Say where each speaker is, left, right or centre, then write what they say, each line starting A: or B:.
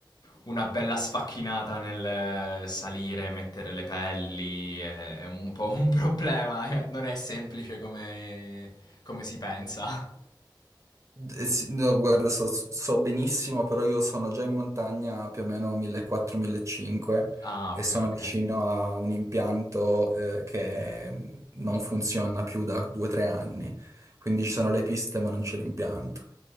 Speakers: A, on the left; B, on the right.
A: una bella sfacchinata nel salire, mettere le pelli, è è un po' un <laughs> problema, eh, non è semplice come, come si pensa.
B: Eh sì, no, guarda, so, so benissimo, però io sono già in montagna più o meno 1400-1500
A: Ah,
B: e
A: ok,
B: sono
A: ok.
B: vicino a un impianto eh, che non funziona più da 2-3 anni. Quindi ci sono le piste, ma non c'è l'impianto.